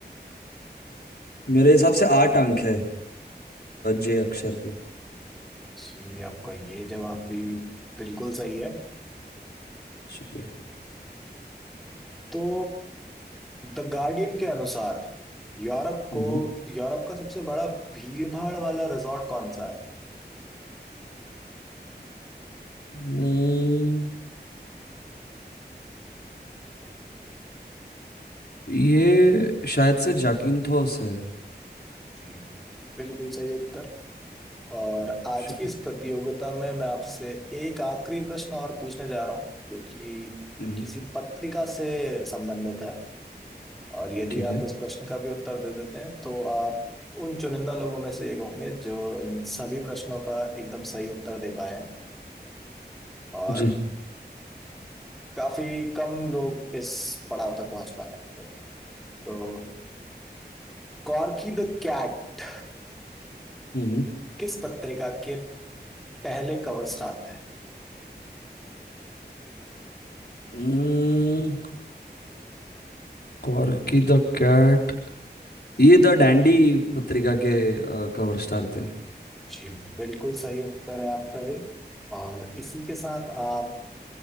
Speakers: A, on the left; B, in the centre.
A: मेरे हिसाब से आठ अंक है जे अक्षर के
B: जी आपका ये जवाब भी बिल्कुल सही है
A: शुक्रिया
B: तो द गार्डियन के अनुसार यूरोप को
A: हम्म
B: यूरोप का सबसे बड़ा भीड़ भाड़ वाला रिजॉर्ट कौन सा है
A: हम्म, ये शायद से जाकिन्थोस है
B: जी बिल्कुल सही उत्तर और आज
A: शुक्रिया
B: की इस प्रतियोगिता में मैं आपसे एक आखिरी प्रश्न और पूछने जा रहा हूँ जो कि
A: हम्म,
B: किसी पत्रिका से संबंधित है और यदि
A: ठीक है
B: आप इस प्रश्न का भी उत्तर दे देते हैं तो आप उन चुनिंदा लोगों में से एक होंगे जो इन सभी प्रश्नों का एकदम सही उत्तर दे पाए हैं और
A: जी
B: काफी कम लोग इस पड़ाव तक पहुंच पाए हैं तो कॉर्की द कैट
A: हम्म
B: किस पत्रिका के पहले कवर स्टार थे
A: हम्म, कॉर्की द कैट ये द डैंडी पत्रिका के कवर स्टार थे
B: जी बिल्कुल सही उत्तर है आपका ये और इसी के साथ आप